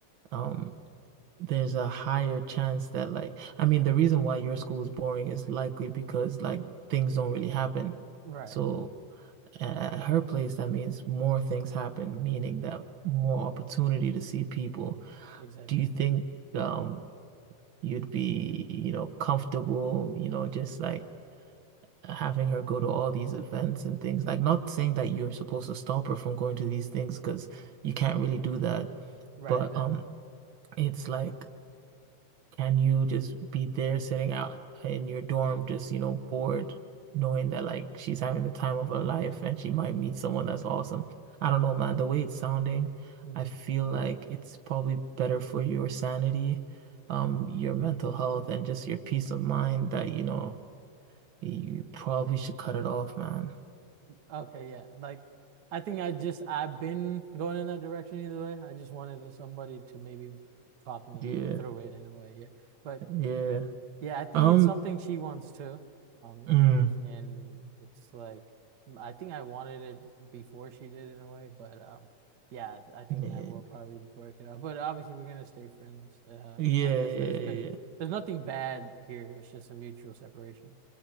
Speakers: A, on the right; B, on the right.
A: um, there's a higher chance that like, I mean, the reason why your school is boring is likely because like things don't really happen.
B: right,
A: So at her place, that means more things happen, meaning that more opportunity to see people.
B: exactly,
A: Do you think um you'd be, you know, comfortable, you know, just like having her go to all these events and things. Like, not saying that you're supposed to stop her from going to these things because you can't really do that.
B: right,
A: But
B: exactly.
A: um, it's like, can you just be there sitting out in your dorm, just, you know, bored, knowing that like she's having the time of her life and she might meet someone that's awesome. I don't know, man. The way it's sounding,
B: hmm
A: I feel like it's probably better for your sanity, um, your mental health, and just your peace of mind that, you know, you probably should cut it off, man.
B: Okay, yeah, like I think I just I've been going in that direction either way. I just wanted somebody to maybe talk me
A: Yeah,
B: through it in a way, yeah. But
A: yeah.
B: Yeah, I think
A: Um,
B: it's something she wants too. Um,
A: mm,
B: and it's like I think I wanted it before she did in a way, but um, yeah, I think
A: yeah,
B: I will probably break it up. But obviously, we're gonna stay friends. Uh,
A: yeah,
B: you know, I guess
A: yeah,
B: there's been
A: yeah,
B: there's nothing bad here. It's just a mutual separation.